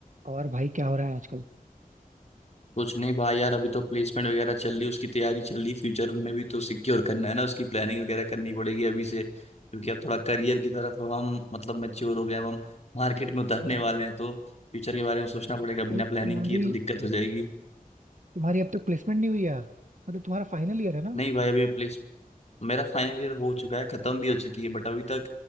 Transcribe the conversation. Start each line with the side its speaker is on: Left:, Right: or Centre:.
Right: और भाई क्या हो रहा है आजकल
Left: कुछ नहीं भाई यार अभी तो प्लेसमेंट वगैरह चल रही उसकी तैयारी चल रही फ्यूचर में भी तो सिक्योर करना है ना उसकी प्लानिंग वगैरह करनी पड़ेगी अभी से क्योंकि अब थोड़ा करियर की तरफ अब हम मतलब मैच्योर हो गए अब हम मार्केट में उतरने वाले हैं तो फ्यूचर के बारे में सोचना पड़ेगा बिना
Right: भाई
Left: प्लानिंग
Right: तुम्हारी
Left: किए तो दिक्कत हो जाएगी
Right: तुम्हारी अब तक प्लेसमेंट नहीं हुई यार मतलब तुम्हारा फाइनल ईयर है ना
Left: नहीं भाई अभी मैं मेरा फाइनल ईयर हो चुका है खत्म भी हो चुकी है बट अभी तक